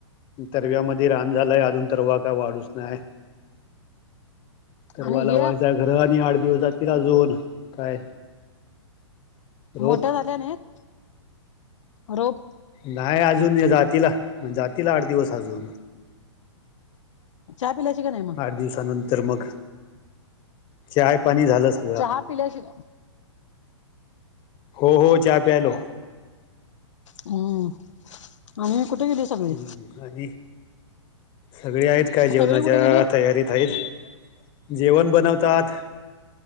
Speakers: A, on the left (about 30°); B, on the left (about 75°).
A: तरव्यामध्ये रान झालंय अजून तर वाका वाढूच नाय. तरवाला
B: आणि हे
A: वायचा घरा आणि आठ दिवस जातील अजून काय. रोप
B: मोठ्या झाल्या नाहीत रोप.
A: नाही अजून ये जातीला जातीला आठ दिवस अजून.
B: चहा पिल्याची का नाही मग.
A: आठ दिवसानंतर मग चाय पाणी झालं स
B: चहा पिल्या शिगा
A: हो हो चहा प्यायलो.
B: हम्म आणि कुठे गेली सगळी.
A: हम्म, आणि सगळे आहेत का
B: सगळी
A: जेवणाच्या
B: कुठे गेली
A: तयारीत आहेत. जेवण बनवतात.